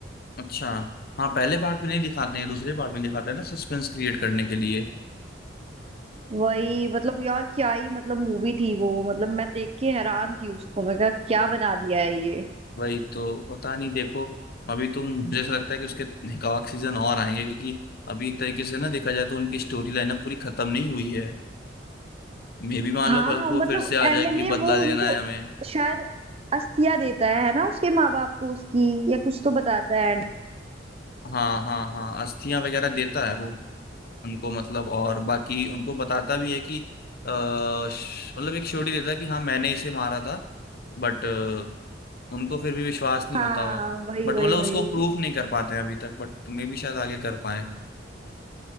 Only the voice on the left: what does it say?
अच्छा हाँ पहले पार्ट में नहीं दिखाते हैं दूसरे पार्ट में दिखाते हैं ना सस्पेंस क्रिएट करने के लिए
वही तो पता नहीं देखो अभी तो मुझे ऐसा लगता है कि उसके कवाक सीजन और आएंगे क्योंकि अभी एक तरीके से ना देखा जाए तो उनकी स्टोरी लाइन अब पूरी खत्म नहीं हुई है मे भी मान
लो कल को
वो फिर से आ
जाए कि
बदला
लेना
है हमें
हाँ हाँ हाँ अस्थियां वगैरह देता है वो उनको मतलब और बाकी उनको बताता भी है कि अ, श- मतलब एक श्योरिटी देता है कि हाँ मैंने इसे मारा था बट उनको फिर भी विश्वास नहीं
होता
बट
मतलब उसको
प्रूफ नहीं कर पाते हैं अभी तक बट मे भी शायद आगे कर पाए